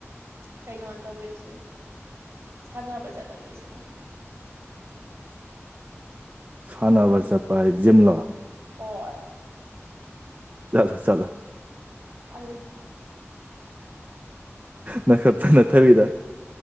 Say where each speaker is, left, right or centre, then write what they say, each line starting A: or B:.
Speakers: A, on the right; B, on the right.
A: ꯀꯩꯅꯣ ꯇꯧꯒꯦ ꯁꯤꯅꯦ ꯁꯥꯟꯅꯕ ꯆꯠꯂꯒꯦ ꯁꯤꯅꯦ
B: <unintelligible> ꯁꯅꯕ ꯆꯄꯥꯏ ꯖꯤꯝꯂꯣ
A: ꯍꯣꯏ
B: ꯆꯂꯣ ꯆꯂꯣ
A: ꯑꯣ
B: ꯅ ꯈ ꯅ ꯊꯕꯤꯗꯥ